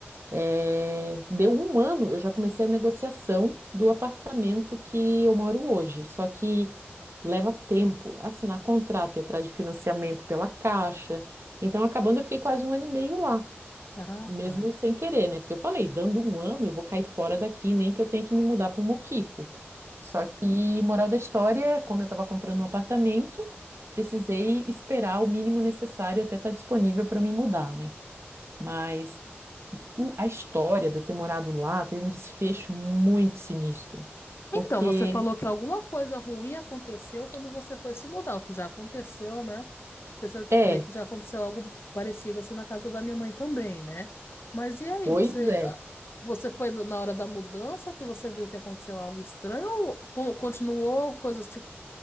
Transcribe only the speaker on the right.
é, deu um ano, eu já comecei a negociação do apartamento que eu moro hoje. Só que leva tempo assinar contrato e atrás de financiamento pela Caixa. Então, acabando, eu fiquei quase um ano e meio lá,
mesmo sem querer, né? Porque eu falei, dando um ano, eu vou cair fora daqui, nem que eu tenha que me mudar para um muquifo. Só que, moral da história, como eu estava comprando um apartamento, precisei esperar o mínimo necessário até estar disponível para me mudar, né? Mas o- a história de eu ter morado lá teve um desfecho muito sinistro. Porque,
é,
pois
é.